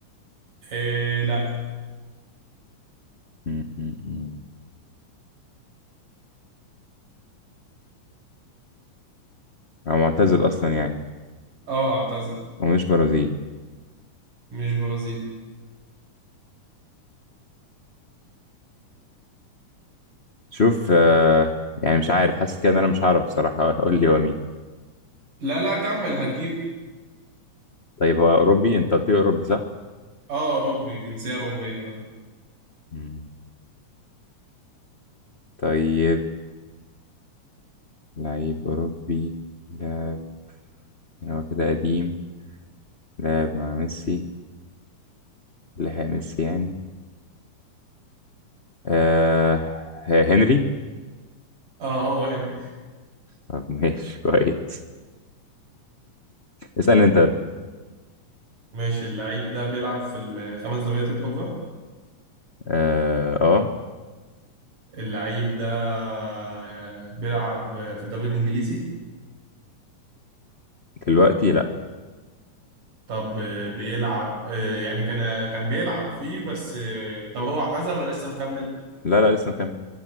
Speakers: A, on the right; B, on the left.
A: إيه لا
B: مم. مم. مم. هو معتزل اصلا يعني
A: اه اعتزل
B: ومش برازيلي
A: مش برازيلي
B: شوف آه. يعني مش عارف حاسس كده ان انا مش هعرف بصراحة اقول <laughs> لي هو مين
A: لا لا كمل هتجيبه
B: طيب هو اوروبي انت قلت لي اوروبي صح
A: اه اوروبي جنسيه اوروبيه اه
B: مم. طيب لعيب اوروبي لا يعني هو كده قديم لعب مع ميسي لحق ميسي يعني آه هنري
A: اه هو هنا
B: طب ماشي <laughs> كويس اسأل انت يلا.
A: ماشي اللعيب ده بيلعب في الخمس دوريات الكبرى
B: اه آه.
A: اللعيب ده آه، بيلعب في الدوري الانجليزي
B: دلوقتي لا
A: طب آه، بيلعب آه، يعني كان كان بيلعب فيه بس آه، طب هو اعتزل ولا لسه مكمل
B: لا لا لسه مكمل